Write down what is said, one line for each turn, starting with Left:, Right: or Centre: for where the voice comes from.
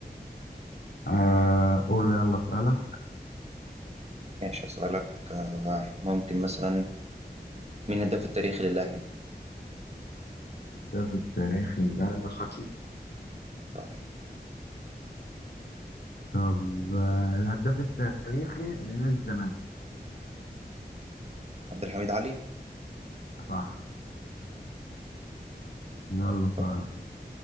Left: آه قول يلا اسألك
Right: ماشي هسألك آه ممكن مثلا مين الهداف التاريخي للأهلي؟
Left: الهداف التاريخي للأهلي ده خطير
Right: صح
Left: طب آه الهداف التاريخي لنادي الزمالك
Right: عبد الحميد علي؟
Left: صح يلا سؤال
Right: طب